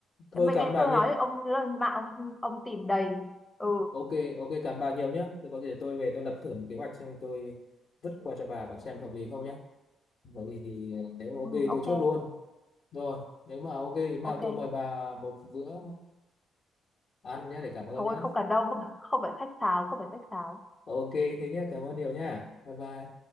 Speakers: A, on the left; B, on the left.
A: thôi
B: Cái- mấy
A: cảm
B: cái
A: ơn bà
B: tôi
A: nhiều
B: nói thì ông lên mạng ông, ông tìm đầy ừ,
A: Ok, ok, cảm ơn bà nhiều nhé. Tôi có thể tôi về tôi lập thử một kế hoạch xem tôi vứt qua cho bà và xem hợp lý không nhé. Có gì thì nếu mà ok
B: ừ ok
A: tôi chốt luôn. Rồi, nếu mà ok thế nào
B: ok
A: tôi mời bà một bữa ăn nhé để cảm ơn
B: thôi
A: nhé.
B: không cần đâu không không phải khách sáo không phải khách sáo
A: Ok, thế nhé, cảm ơn nhiều nhé. Bye bye.